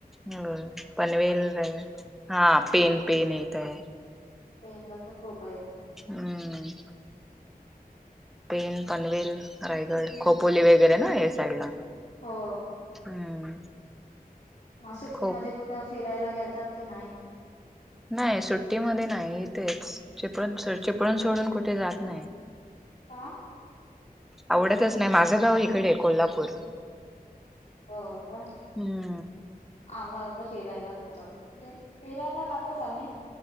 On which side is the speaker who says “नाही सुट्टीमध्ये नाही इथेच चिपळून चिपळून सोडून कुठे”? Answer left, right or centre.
Centre